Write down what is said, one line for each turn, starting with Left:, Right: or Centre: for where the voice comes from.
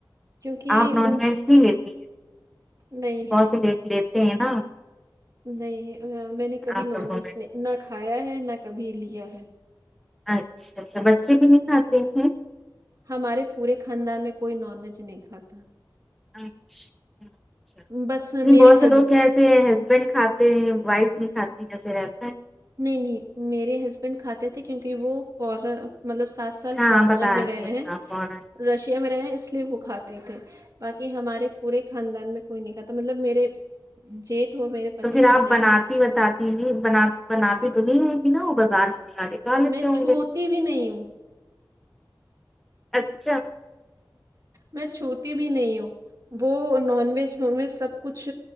Right: کیونکہ
Centre: آپ نان
Right: ان
Centre: ویج بھی لیتی ہیں
Right: نہیں
Centre: سے لیتے ہیں نا
Right: نہیں میں نے کبھی
Centre: آپ
Right: نان
Centre: لوگوں
Right: ویج
Centre: میں
Right: نہ کھایا ہے نہ کبھی لیا ہے
Centre: اچھا اچھا بچے ک نہیں کھاتے ہیں
Right: ہمارے پورے خاندان میں کوئی نان ویج نہیں کھاتا
Centre: اچھا اچھا
Right: بس
Centre: نہیں
Right: میرے
Centre: بہت سے
Right: ہز
Centre: لوگ کیسے ہیں ہسبینڈ کھاتے ہیں وائف نہیں کھاتے ہیں جسے رہتا ہے
Right: نہیں نہیں میرے ہسبینڈ کھاتے تھے کیونکہ وہ فورا مطلب سات سال
Centre: ہاں
Right: فارنر
Centre: بتا
Right: میں رہے
Centre: تھے
Right: ہیں
Centre: آپ کون
Right: رشیا میں رہے ہیں اس لیے وہ کھاتے تھے باقی ہمارے پورے خاندان میں کوئی نہیں کہتا مطلب میرے جیٹھ ہو میرے پتی
Centre: تو پھر
Right: کھاتے
Centre: آپ بناتی
Right: تھے
Centre: بتاتی بناتی تو نہیں ہے گی نا وہ بازار سے منگا لے لیتے
Right: میں
Centre: ہوں
Right: چھوتی
Centre: گے
Right: بھی نہیں ہوں
Centre: اچھا
Right: میں چھوتی بھی نہیں ہوں وہ نان ویج می ویج سب کچھ